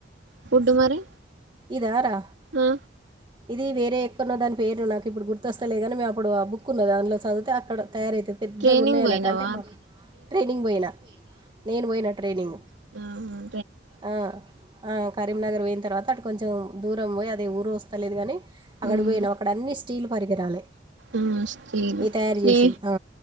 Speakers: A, on the right; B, on the right.
A: ఫుడ్డు మరి
B: ఇదారా
A: ఆ
B: ఇది వేరే ఎక్కడనో దాని పేరు నాకు ఇప్పుడు గుర్తొస్తలే కానీ మేము అప్పుడు ఆ బుక్ ఉన్నది అందులో చదివితే అక్కడ తయారయితది. పెద్దగా
A: ట్రైనింగ్
B: ఉన్నాయి అన్నట్టు
A: పోయినావా
B: అంటే మాకు ట్రైనింగ్ పోయిన, నేను పోయినా ట్రైనింగ్.
A: ఊహు
B: ఆ ఆ కరీంనగర్ పోయిన తర్వాత అటు కొంచెం దూరంపోయి అది ఏ ఊరో వస్తల్లేదు కానీ అక్కడ
A: ఉమ్
B: పోయినాం అక్కడ అన్నీ స్టీల్ పరికిరాలే
A: ఆ స్టీల్
B: ఇ తయారు
A: నే
B: చేసేది ఆ